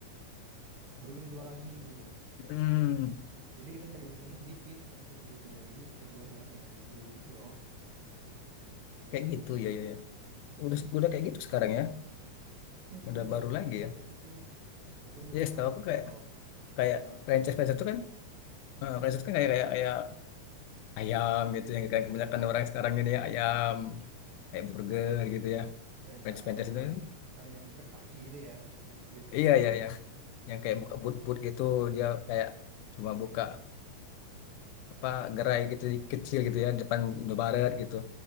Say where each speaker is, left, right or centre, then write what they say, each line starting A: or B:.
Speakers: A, on the right; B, on the left.
A: Baru kita jual lagi gitu.
B: Hmm,
A: Jadi kita nyari untungnya sedikit, misalkan kita beli 3.000, kita jual dua- 5.000 gitu loh modelannya.
B: kayak gitu ya, ya, ya. Udah udah kayak gitu sekarang ya.
A: Iya sekarang
B: Udah
A: udah
B: baru
A: udah
B: lagi
A: franchise
B: ya.
A: kayak gitu. Tapi aku juga
B: Ya,
A: nggak
B: setahu
A: tahu
B: aku
A: sih
B: kayak
A: kalau
B: kayak
A: kalau di
B: franchise-franchise itu kan
A: mm,
B: eh, franchise kan kayak kayak kayak ayam gitu yang kayak kebanyakan orang sekarang ini ya, ayam kayak burger gitu ya.
A: ayam
B: Franchise-franchise
A: ka- apa
B: itu.
A: ayam Kentucky itu ya, yang kriuk-kriuk
B: Iya,
A: itu
B: iya,
A: ya.
B: iya. Yang kayak buka but-but gitu dia kayak cuma buka apa gerai gitu kecil gitu ya depan Indomaret gitu.